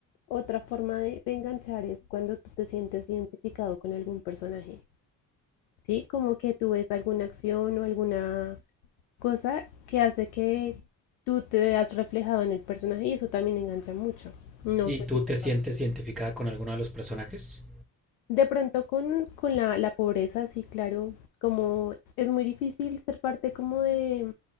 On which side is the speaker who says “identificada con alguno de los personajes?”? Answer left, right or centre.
Centre